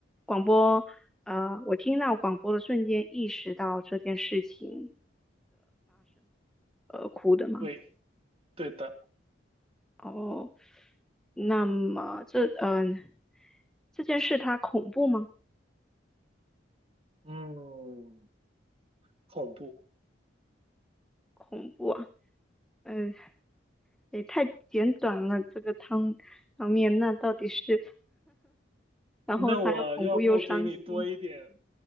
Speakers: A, in the centre; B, on the right (about 30°).
A: 广播。呃，我听到广播的瞬间意识到这件事情，呃，哭的吗？
B: 对，对的，
A: 哦，那么这嗯、这件事它恐怖吗？
B: 嗯，恐怖。
A: 恐怖啊，嗯、也太简短了。这个汤汤面，那到底是然后他又恐怖又伤心。
B: 那我要不给你多一点，